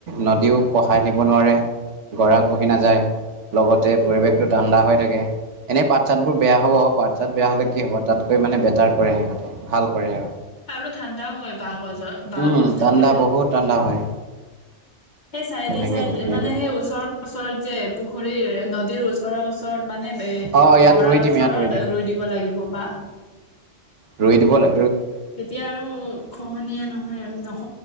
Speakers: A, on the right; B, on the left.
A: নদীও কঢ়াই নিব নোৱাৰে গৰা খহি নাযায় লগতে পৰিৱেশটো ঠাণ্ডা হৈ থাকে এনে পাত চাত বোৰ বেয়া হ'ব পাত চাত বেয়া হ'লে কি হ'ব তাতকৈ মানে বেটাৰ কৰে সিহঁতে ভাল কৰে আৰু
B: আৰু ঠাণ্ডাও হয় বাঁহ গছৰ বাঁহ
A: উম,
B: গছ থাকিলে
A: ঠাণ্ডা বহুত ঠাণ্ডা হয়
B: সেই চাইডে
A: তেনেকে
B: চাইডে
A: ধুনীয়াকে।
B: মানে সেই ওচৰৰ ওচৰত যে পুখুৰীৰ নদীৰ ওচৰৰ ওচৰত মান মানে এ
A: অ', ইয়াত
B: গৰাৰ
A: ৰুই দিম
B: ওচৰত
A: ইয়াত দিম
B: ৰুই দিব লাগিব বা
A: ৰুই দিব লে
B: তেতিয়া আৰু খহনীয়া নহয় আৰু নহ